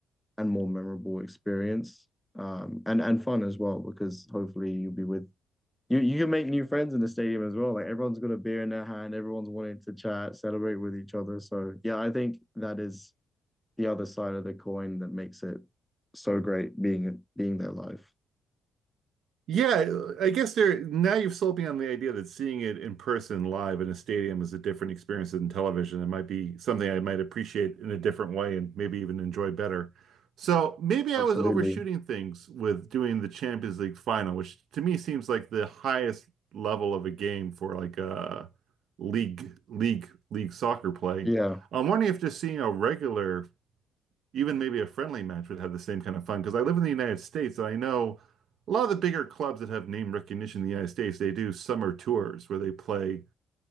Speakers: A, in the centre; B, on the right.
A: and more memorable experience, um, and and fun as well because hopefully you'll be with. You, you can make new friends in the stadium as well. Like everyone's got a beer in their hand, everyone's wanting to chat, celebrate with each other. So yeah, I think that is the other side of the coin that makes it so great being being their life.
B: Yeah, I guess there now you've sold me on the idea that seeing it in person live in a stadium is a different experience than television. It might be something I might appreciate in a different way and maybe even enjoy better. So maybe
A: Absolutely.
B: I was overshooting things with doing the Champions League final, which to me seems like the highest level of a game for like a league league league soccer play.
A: Yeah.
B: I'm wondering if just seeing a regular even maybe a friendly match would have the same kind of fun. Because I live in the United States and I know a lot of the bigger clubs that have name recognition in the United States, they do summer tours where they play.